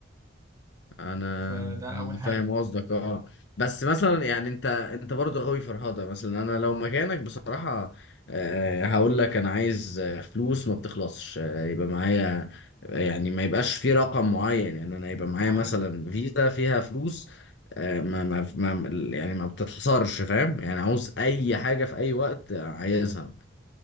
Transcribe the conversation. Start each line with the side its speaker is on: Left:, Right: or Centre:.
Left: انا
Right: فده اول حاجه
Left: فاهم قصدك اه بس مثلا يعني انت انت برضه غاوي فرهضه مثلا انا لو مكانك بصراحه آه، هقول لك انا عايز آه، فلوس ما بتخلصش آه، يبقى معايا آه، يعني ما يبقاش في رقم معين يعني انا يبقى
Right: انت
Left: معايا
Right: عارف
Left: مثلا فيزا فيها فلوس آه، ما ما ما يعني ما بتتحصرش فاهم يعني عاوز اي حاجه في اي وقت عايزها